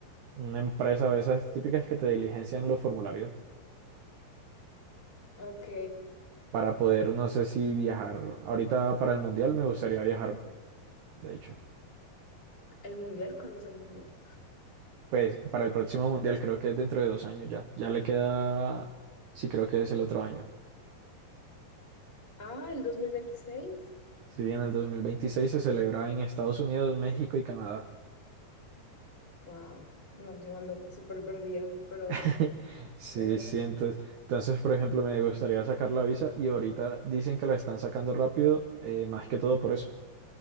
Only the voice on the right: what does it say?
una empresa de esas típicas que te diligencian los formularios
para poder, no sé si viajar ahorita para el mundial, me gustaría viajar, de hecho.
Pues para el próximo mundial creo que es dentro de dos años ya. Ya le queda, sí creo que es el otro año.
Sí, en el 2026 se celebra en Estados Unidos, México y Canadá.
<laughs> Sí,
sí, entonces, entonces, por ejemplo, me gustaría sacar la visa y ahorita dicen que la están sacando rápido, eh, más que todo por eso,